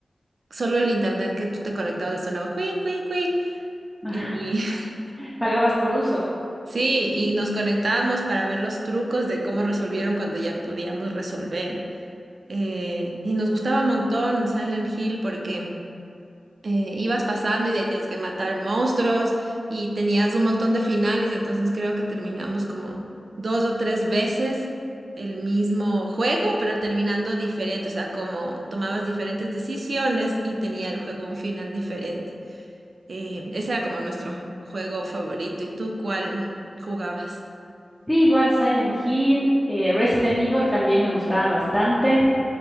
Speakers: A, on the right; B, in the centre.
A: solo el internet que tú te conectabas le sonaba cuí, cuí, cuí.
B: <laughs>
A: Y <laughs>
B: Pagabas por uso.
A: sí, y nos conectábamos para ver los trucos de cómo resolvieron cuando ya no podíamos resolver. Eh, y nos gustaba un montón Silent Hill porque eh, ibas pasando y de ahí tienes que matar monstruos y tenías un montón de finales, entonces creo que terminamos como dos o tres veces el mismo juego, pero terminando diferente, o sea, como tomabas diferentes decisiones y tenía el juego un final diferente. Eh, ese era como nuestro juego favorito. ¿Y tú cuál jugabas?
B: Sí, igual Silent Hill, eh, Resident Evil también me gustaba bastante.